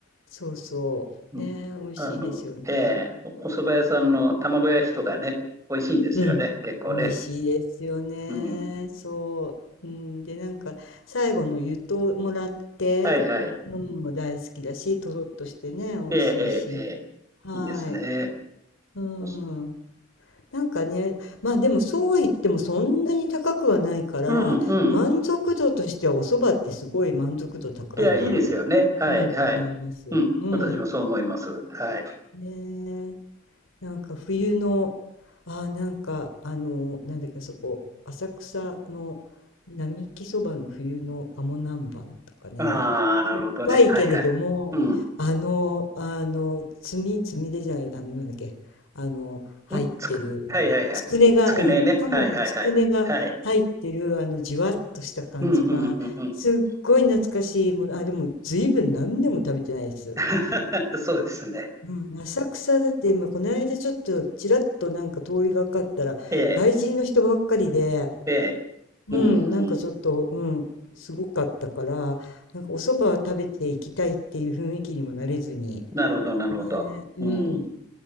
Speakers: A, on the left; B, on the right.
A: そうそう。
B: うん。
A: ね、美味しいですよね。
B: あの、ええ、おお蕎麦屋さんの卵焼きとかね、美味しいんですよね。
A: うん。
B: 結構ね。
A: 美味しいですよね。
B: うん。
A: そう。うん、で、なんか、最後の湯ともらって、
B: はいはい。
A: 飲むのも大好きだし、とろっとしてね、美味しいし。
B: ええええええ。
A: はい。
B: いいですね。
A: うん。
B: おそ
A: なんかね、まあでもそうは言ってもそんなに高くはないから、
B: うんうん。
A: 満足度としてはお蕎麦ってすごい満足度高いなと、
B: いや、いいですよね。はいはい。
A: うん、思います。
B: うん。
A: うん。
B: 私もそう思います。はい。
A: ねえなんか冬のあーなんかあのなんだっけそこ浅草の並木そばの冬の鴨南蛮とかねしょっぱいけれどもあのあのつみつみれじゃないあのなんだっけあの入ってるねつくねが、
B: ああ、なるほどね。はいはい。うん。んつく、はいはいはい。つくねね。
A: うん、鴨のつくねが入ってるあのじわっとした感じがすっごい懐かしいものあでも随分何年も食べてないです。
B: はいはいはい。はい。うんうんうんうんうん。<laughs> そうですね。
A: うん、浅草だって今この間ちょっとちらっとなんか通りがかったら外人の人ばっかりで、
B: ええ、ええ。
A: うん、
B: う
A: なんかちょっと、
B: ん。
A: うん、すごかったからなんかお蕎麦食べていきたいっていう雰囲気にもなれずに、
B: なるほど、なるほど。
A: ね、うん、
B: うん。